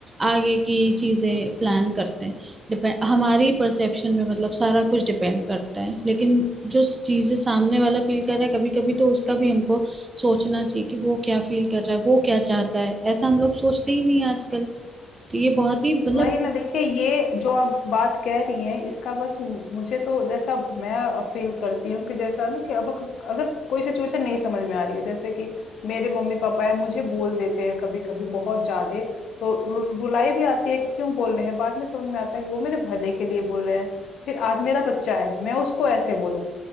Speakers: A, on the right; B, on the left.
A: आगे की चीजें प्लान करते हैं डिपेंड हमारी परसेप्शन में मतलब सारा कुछ डिपेंड करता है लेकिन जो चीजें सामने वाला फील कर रहा है कभी कभी तो उसका भी हमको सोचना चाहिए कि वो क्या फील कर रहा है वो क्या चाहता है ऐसा हम लोग सोचते ही नहीं आजकल तो ये बहुत ही मतलब
B: वही ना देखिए ये जो आप बात कह रही हैं इसका बस मु- मुझे तो जैसा मैं फील करती हूँ कि जैसा ना कि अब अग- अगर कोई सिचुएशन नहीं समझ में आ रही है जैसे कि मेरे मम्मी पापा है मुझे बोल देते हैं कभी कभी बहुत ज्यादा तो रु- रुलाई भी आती है कि क्यों बोल रहे हैं बाद में समझ में आता है कि वो मेरे भले के लिए बोल रहे हैं फिर आज मेरा बच्चा है मैं उसको ऐसे बोलूं